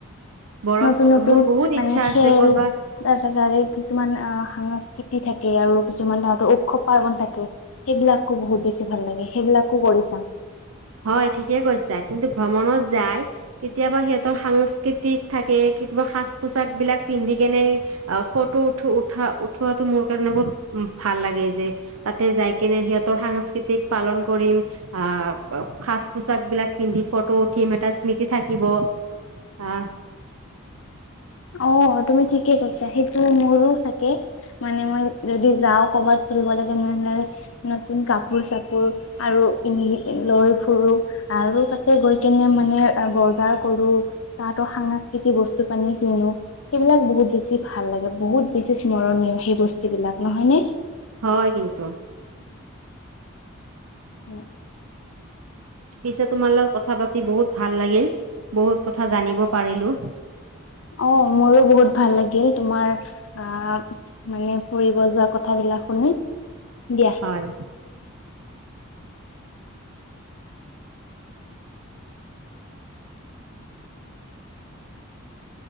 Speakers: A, on the right; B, on the left.
A: বৰফ
B: নতুন নতুন
A: মোৰ বহুত
B: মানে
A: ইচ্ছা
B: খেল
A: আছে ক'ৰবাত
B: তাৰ পিছত কিছুমান অ <unintelligible> খেতি থাকে আৰু কিছুমান তাহতৰ উৎসৱ পাৰ্বন থাকে। সেইবিলাকো বহুত বেছি ভাল লাগে। সেইবিলাকো কৰি চাম।
A: হয় ঠিকে কৈছা। কিন্তু ভ্ৰমণত যাই। কেতিয়াবা সিহঁতৰ সাংস্কৃতিক থাকে কেতিয়াবা সাজ পোচাক বিলাক পিন্ধি কিনে, আহ, ফটো উঠ উঠা উঠোৱাটো মোৰ কাৰণে বহুত উ ভাল লাগে যে, তাতে যাই কিনে সিহঁতৰ সাংস্কৃতিক পালন কৰিম। আহ, সাজ পোছাক বিলাক পিন্ধি ফটো উঠিম এটা স্মৃতি থাকিব। আহ,
B: অ তুমি ঠিকে কৈছা। সেইটো মোৰো থাকে। মানে মই যদি যাওঁ কৰ'বাত ফুৰিবলে, তেনেহলে নতুন কাপোৰ- চাপোৰ, আৰু <unintelligible> লৈ ফুৰো। আৰু তাতে গৈ কেনে মানে বজাৰ কৰো তাহাতৰ সাংস্কৃতিক বস্তু খিনি। কিনো, সেইবিলাক বহুত বেছি ভাল লাগে বহুত বেছি স্মৰণীয় সেই বস্তু বিলাক নহয় নে?
A: হয় কিন্তু।
B: উম।
A: পিছে তোমাৰ লগত কথা পাতি বহুত ভাল লাগিল, বহুত কথা জানিব পাৰিলো।
B: অ মোৰো বহুত ভাল লাগিল, তোমাৰ আহ মানে, ফুৰিব যোৱা কথাবিলাক শুনি দিয়া।
A: হয়।